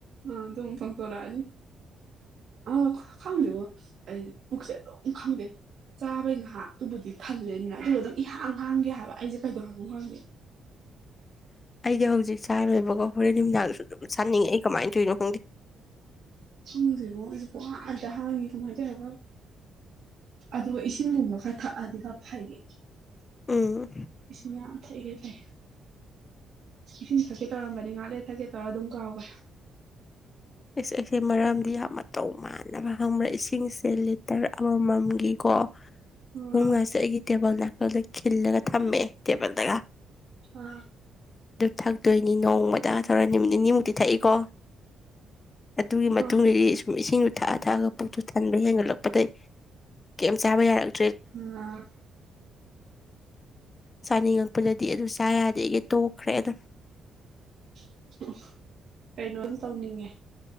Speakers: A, on the right; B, on the left.
A: ꯑ ꯑꯗꯨꯣꯡ ꯊꯣꯡꯇꯣꯔꯛꯑꯅꯤꯦ ꯑꯥ ꯈꯪꯗꯦꯕꯣ ꯑꯩ ꯄꯨꯛꯁꯦ ꯑꯗꯨꯝ ꯈꯪꯗꯦ ꯆꯥꯕꯩꯅ ꯍꯇꯨꯕꯨꯗꯤ ꯊꯜꯂꯦꯅꯤꯅ ꯑꯗꯨꯕꯨ ꯑꯗꯨꯝ ꯏꯍꯥꯡ ꯍꯥꯡꯒꯦ ꯍꯥꯏꯕ ꯑꯩꯁꯦ ꯀꯩꯗꯧ ꯍꯥꯏꯟꯕ ꯉꯝꯗꯦ
B: <unintelligible> ꯑꯩꯗꯤ ꯍꯧꯖꯤꯛ ꯆꯔꯣꯏꯕꯒ ꯍꯣꯔꯦꯟ ꯃꯤꯗꯥꯡꯁꯨ ꯑꯗꯨꯝ ꯆꯥꯅꯤꯡꯉꯦ ꯑꯩ ꯀꯃꯥꯏꯅ ꯇꯧꯔꯤꯅꯣ ꯈꯪꯗꯦ
A: ꯍꯪꯗꯦꯉꯣ ꯑꯩꯁꯨꯕꯨꯥꯡꯗ ꯍꯥꯡꯉꯤ ꯀꯃꯥꯏꯅ ꯇꯔ ꯑꯗꯨꯒ ꯏꯁꯤꯡꯒꯨꯝꯕ ꯈꯔ ꯊꯛꯑꯗꯤ ꯈ ꯐꯩꯌꯦ
B: ꯎꯝ
A: ꯏꯁꯤꯡ ꯌꯥꯝ ꯊꯛꯏꯈꯩ ꯐꯩ ꯏꯁꯤꯡ ꯊꯛꯀꯦ ꯇꯧꯔꯝꯕꯅꯤ ꯉꯥꯥꯛꯂꯦ ꯊꯛꯀꯦ ꯇꯧꯔꯒ ꯑꯗꯨꯝ ꯀꯥꯎꯈ꯭ꯔꯦ
B: ꯑꯩꯁ ꯑꯩꯁꯦ ꯃꯔꯝꯗꯤ ꯌꯥꯝ ꯃꯇꯧ ꯃꯥꯟꯅꯕ ꯈꯪꯕ꯭ꯔꯥ ꯏꯁꯤꯡꯁꯦ ꯂꯤꯇꯔ ꯑꯃꯃꯝꯒꯤꯀꯣ
A: ꯑ
B: ꯑꯍꯨꯝꯒꯁꯨ ꯑꯩꯒꯤ ꯇꯦꯕꯜ ꯅꯥꯀꯒ ꯈꯤꯜꯂꯒ ꯊꯝꯃꯦꯦ ꯦꯄꯗꯒ
A: ꯑ
B: ꯊꯛꯇꯣꯏꯅꯤ ꯅꯣꯡꯃꯗ ꯊꯧꯔ ꯅꯨꯃꯤꯠ ꯅꯤꯅꯤꯃꯨꯛꯇꯤ ꯊꯛꯏꯀꯣ ꯑꯗꯨꯒꯤ ꯃꯇꯨꯡꯗꯗꯤ
A: ꯑ
B: ꯁꯨꯝ ꯏꯁꯤꯡꯗꯨ ꯊꯥꯛꯑ ꯊꯥꯛꯑꯒ ꯄꯨꯛꯇꯨ ꯊꯟꯕ ꯍꯦꯟꯒꯠꯂꯛꯄꯗꯒꯤꯩ ꯀꯝ ꯆꯥꯕ ꯌꯥꯔꯦ
A: ꯑꯝ
B: ꯆꯥꯅꯤꯡꯉꯛꯄꯗꯗꯤ ꯑꯗꯨ ꯆꯥ ꯌꯥꯗꯦ ꯑꯩꯒꯤ ꯇꯣꯛꯈ꯭ꯔꯦ ꯑꯗꯨꯝ
A: <unintelligible> ꯀꯩꯅꯣꯝ ꯇꯧꯅꯤꯡꯉꯦ